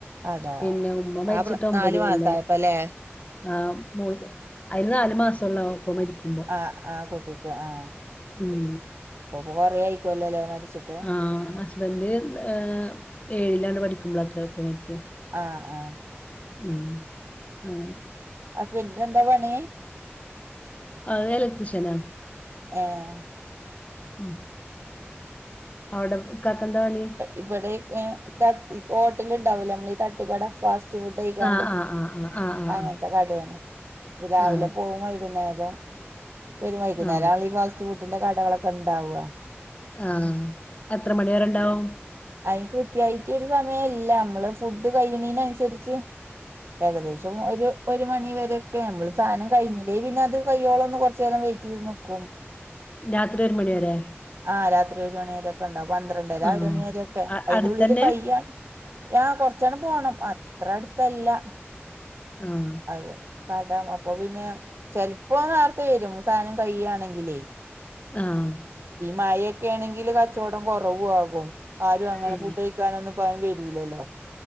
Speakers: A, on the right (about 65°); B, on the left (about 30°).
A: അതാ
B: പിന്നെ ഉമ്മ മരിച്ചിട്ട്
A: ആ പ്ര-
B: ഒമ്പത്
A: നാലു
B: കൊല്ലായി.
A: മാസായപ്പല്ലേ
B: ആഹ് അയിന് നാല് മാസള്ള ഉപ്പ മരിക്കുമ്പോ
A: അ ആ ആഹ് കുട്ടിക്ക് ആഹ്
B: ഉം
A: അകൊറ ആയിക്കുവല്ലേ മരിച്ചിട്ട്
B: ആഹ് ഹസ്ബന്ഡ് ഏഹ് ഏഴിലാണ്ട് പഠിക്കുമ്പളാ തരെ ഇപ്പ മരിച്ച്
A: ആഹ് ആഹ്
B: ഉം അങ്ങനെ
A: അത് പിന്നെ എന്താ പണി
B: ആത് എലക്ട്രീഷ്യനാ
A: ഏഹ്
B: ഉം അവിടെ ഇക്കാക്കെന്താ പണി
A: ഇവിടെക്കെ തട്ട് ഹോട്ടല് ണ്ടാവൂ ല്ലോ നമ്മൾ ഈ തട്ട് കട ഫാസ്റ്റ് ചൂടെയ്ക്കാണ്ട്‌
B: ആ ആ ആ ആ ആ ആ
A: അങ്ങനത്തെ കടയാണ് രാവിലെ
B: ആ
A: പോകും വൈകുന്നേരം പ്പൊ യ്ന്, വൈകുന്നേരാണലോ
B: ആ ആ
A: ഈ ഫാസ്റ്റ് ഫുഡി ന്റെ കടകളൊക്കെ ണ്ടാവാ.
B: ആഹ്. എത്ര മണി വരെണ്ടാവും?
A: അയിന് കൃത്യായിട്ട് ഒരു സമയല്ല അമ്മള് ഫുഡ് കഴിയണേനനുസരിച്ച് ഏകദേശം ആ ഒരു ഒരു മണി വരെക്കെ. നമ്മള് സാധനം കഴിഞ്ഞില്ലേൽ പിന്നെ, അത് കയ്യോളം ഒന്ന് കുറച്ചേരം വെയ്റ്റീത് നിക്കും. <inaudible>
B: രാത്രി ഒരു മണിവരെ?
A: ആഹ് രാത്രി ഒരു മണിവരെക്കെ ണ്ടാവും. പന്ത്രണ്ടര
B: ആഹ്
A: ഒരണി വരൊക്കെ.
B: അ
A: അയിന്റെ
B: അടുത്തന്നെ
A: ഉള്ളില് കയ്യാണ് ആഹ് കൊറച്ചണ് പോണം. അത്ര അട്ത്തല്ല.
B: ആഹ്.
A: അതെ. കടാണ്. അപ്പൊ പിന്നെ, ചെൽപ്പൊ നേര്ത്തെ വരും സാധനം കയ്യാണെങ്കിലേ.
B: ആഹ്.
A: ഈ, മഴൊക്കാണെങ്കിൽ കച്ചോടം കൊറവും ആവും. ആരും അങ്ങനെ
B: ആഹ്
A: ഫുഡ് ക്കാനൊന്നും പ്പാരും വെരൂല്ലല്ലോ?